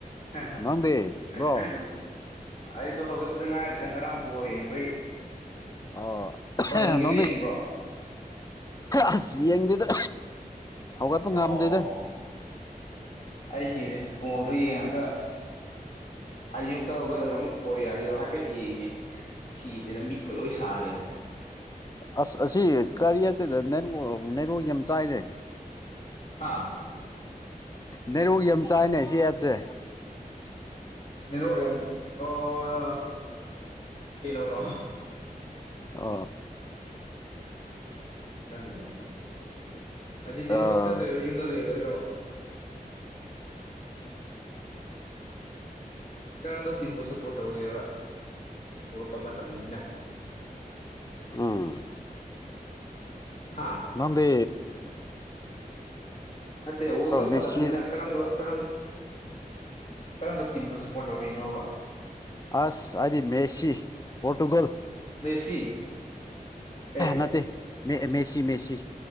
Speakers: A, on the left; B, on the left.
A: ꯑꯣ
B: ꯅꯪꯗꯤ ꯕ꯭ꯔꯣ
A: ꯑꯣ ꯑꯩꯁꯨ ꯍꯧꯒꯠꯄꯗ ꯉꯥꯏꯔꯤ ꯏ ꯉꯔꯥꯡ ꯕꯣꯜ ꯌꯦꯡꯕꯩ
B: ꯑ
A: ꯕ꯭ꯔꯥꯖꯤꯜꯒꯤꯗꯣ
B: ꯅ
A: ꯌꯦꯡꯕ꯭ꯔꯣ
B: ꯑꯁ ꯌꯦꯡꯗꯦꯗ ꯍꯧꯒꯠꯄ
A: ꯑꯣ
B: ꯉꯝꯗꯦꯗ
A: ꯑꯩ ꯁꯤꯔꯦ ꯕꯣꯜꯗꯣ ꯌꯦꯡꯉꯒ ꯑꯌꯨꯛꯇ ꯍꯧꯒꯠꯂꯒ ꯑꯃꯨꯛ ꯀꯣꯔꯤꯌꯥꯒꯤꯗꯣ ꯍꯥꯏꯐꯦꯠ ꯌꯦꯡꯉꯦ ꯁꯤꯗ꯭ꯔꯦꯗ ꯃꯤꯠꯀ ꯂꯣꯏ ꯁꯥꯔꯦꯗ
B: ꯑꯁ ꯑꯁꯤ ꯀꯔꯤꯌꯁꯤꯗ ꯅꯦꯠꯋꯥ꯭ꯔꯛ ꯅꯦꯠꯋꯥ꯭ꯔꯛ ꯌꯥꯝ ꯆꯥꯏꯅꯦ
A: ꯍꯥ
B: <inaudible> ꯅꯦꯠꯋꯥꯛ ꯌꯥꯝ ꯆꯥꯏꯅꯦ ꯁꯤ ꯑꯦꯞꯁꯦ
A: <unintelligible> ꯌꯥꯝ ꯑꯣ ꯀꯩꯅꯣꯔꯣ
B: ꯑꯣ
A: ꯈꯪꯗꯦꯗ ꯑꯁꯤꯗꯤ
B: ꯑꯥ
A: ꯊꯕꯛ ꯆꯠꯇꯣꯏꯔꯣ ꯌꯨꯝꯗ ꯂꯩ ꯌꯥꯏꯔꯣ ꯀꯔꯝꯕ ꯇꯤꯝꯕꯨ ꯁꯞꯄꯣꯔꯠ ꯇꯧꯒꯦꯕ ꯋꯥꯜ ꯀꯞ ꯃꯇꯝꯅꯤꯅ
B: ꯎꯝ
A: ꯍꯥ
B: ꯅꯪꯗꯦ
A: ꯅꯠꯇꯦ ꯋꯥꯔꯜ ꯀꯞ
B: ꯃꯦꯁꯤ
A: ꯃꯇꯝꯅꯤꯅ ꯀꯔꯝꯕ ꯀꯔꯝ ꯀꯔꯝꯕ ꯇꯤꯝꯕꯨ ꯁ ꯄꯣꯔꯠ ꯇꯧꯔꯤꯅꯣꯕ
B: ꯑꯁ ꯑꯩꯗꯤ ꯃꯦꯁꯤ ꯄꯣꯔꯇꯨꯒꯜ
A: ꯃꯦꯁꯤ ꯑꯦ
B: ꯅꯠꯇꯦ ꯃꯦꯁꯤ ꯃꯦꯁꯤ